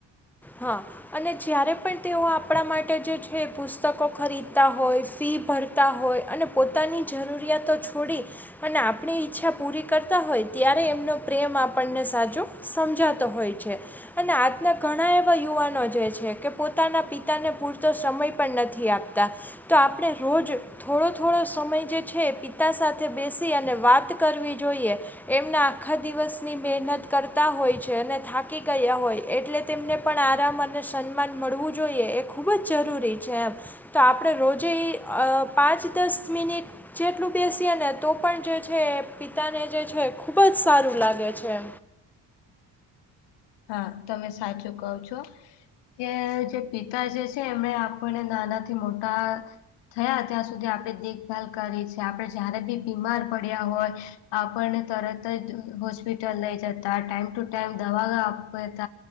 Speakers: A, in the centre; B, on the left (about 80°).
A: હા, અને જ્યારે પણ તેઓ આપણા માટે જે છે, પુસ્તકો ખરીદતા હોય ફી ભરતા. તે હોય અને પોતાની જરૂરિયાતો છોડી, અને આપણે ઈચ્છા પૂરી કરતા હોય ત્યારે એમનો પ્રેમ આપણને સાચો. સમજાતો હોય છે, અને આજના ઘણા એ યુવાનો જે છે, કે પોતાના પિતાને પૂરતો સમય પણ નથી આપતા. તો આપણે રોજ, થોડો થોડો સમયજે છે, એ પિતા સાથે બેસી અને વાત કરવી જોઈએ. એમના આખા દિવસની મહેનત કરતા હોય છે, અને થાકી ગયા હોય એટલે તેમને. પણ આરામ અને સન્માન મળવું જોઈએ એ ખૂબ જ જરૂરી છે, એમ. તો આપણે રોજે પાંચ દસ મિનિટ, જેટલું બેસીએ નેતો પણ જે છે, એ પિતાને જે છે, ખૂબ જ સારું લાગે છે.
B: હા, તમે સાચું કોવ છો. કેજે પિતા જે છે, એમને આપણને નાના થી મોટા. થયા ત્યાં સુધી આપણે દેખભાલ કરી છે, આપણે જયારે ભી બીમાર પડ્યા હોય. આપણને તરત જ હોસ્પિટલ લઈ જતા ટાઈમટુ ટાઈમ દવા લાવ. ત